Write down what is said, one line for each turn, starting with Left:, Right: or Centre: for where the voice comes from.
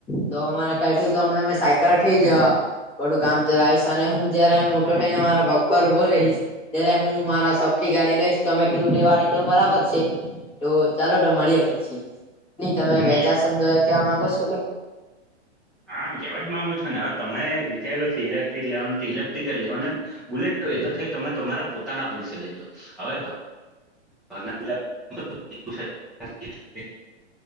Left: તો અમારા ખ્યાલથી તો હમ મે સાયકલ થઈ જયા બડું કામ ચલાવીશ અને હું જયારે મોટો થઈને મારા પગવાર ઉઊભો રહીશ ત્યારે હું મારા ી ગાડી લઈશ તોમે કીધું વાર એકદમ બરાબર છે તો ચાલો તો મળીએ પછી નઈ તમે વેચાર
Centre: ની
Left: શબ્દ ક્યાં માંગો છો કઈ
Centre: હા આમ કેવા જ માંગુ છો ને હવે તમે વિચાર્યું છે ઇલેક્ટ્રિક લેવાનું તો ઇલેક્ટ્રિક જ લેવા ને બુલેટ તો એ તો થઈ તમે તમારા પોતાના પૈસે લેજો હવે <unintelligible>